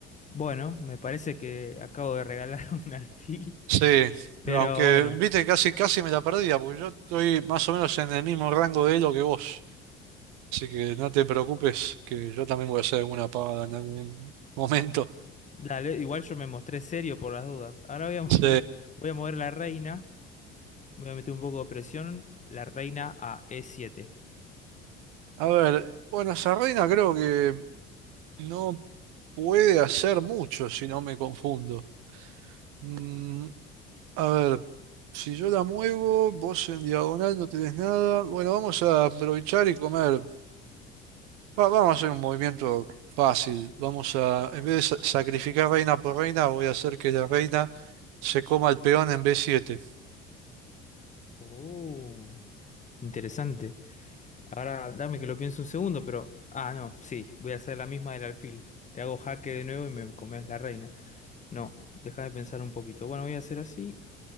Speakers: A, on the left; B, on the right.
A: Bueno, me parece que acabo de regalar <laughs> un alfil.
B: Sí,
A: Pero
B: aunque
A: bueno,
B: viste, casi, casi me la perdía, porque yo estoy más o menos en el mismo rango de elo que vos. Así que no te preocupes, que yo también voy a hacer alguna pagada en algún momento.
A: dale, igual yo me mostré serio por las dudas. Ahora voy a mostrar.
B: Sí.
A: Voy a mover la reina. Voy a meter un poco de presión. La reina a E7.
B: A ver, bueno, esa reina creo que no. Puede hacer mucho si no me confundo. Mm, a ver, si yo la muevo, vos en diagonal no tenés nada. Bueno, vamos a aprovechar y comer. Va- vamos a hacer un movimiento fácil. Vamos a, en vez de sa- sacrificar reina por reina, voy a hacer que la reina se coma el peón en B7.
A: Oh, interesante. Ahora dame que lo piense un segundo, pero... Ah, no, sí, voy a hacer la misma del alfil. Te hago jaque de nuevo y me comes la reina. No, deja de pensar un poquito. Bueno, voy a hacer así.